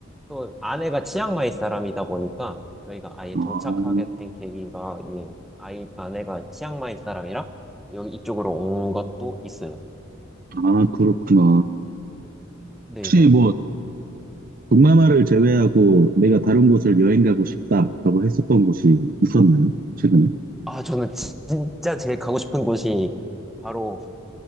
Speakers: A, in the centre; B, on the right.
A: 또 아내가 치앙마이 사람이다 보니까 저희가 아예
B: 아,
A: 정착하게 된 계기가 이 아이 아내가 치앙마이 사람이라 여기 이쪽으로 온 것도 있어요.
B: 아, 그렇구나.
A: 네,
B: 혹시
A: 네,
B: 뭐
A: 네.
B: 동남아를 제외하고 내가 다른 곳을 여행 가고 싶다라고 했었던 곳이 있었나요? 최근에?
A: 아, 저는 지- 진짜 제일 가고 싶은 곳이 바로